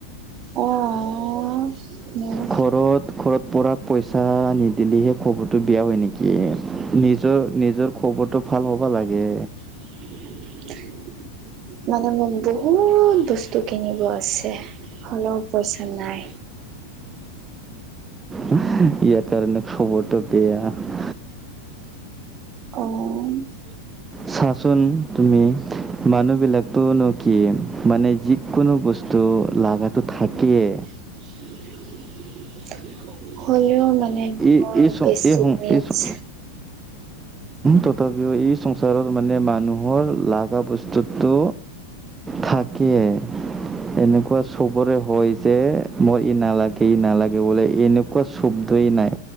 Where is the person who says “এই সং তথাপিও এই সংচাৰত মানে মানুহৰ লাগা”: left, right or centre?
Right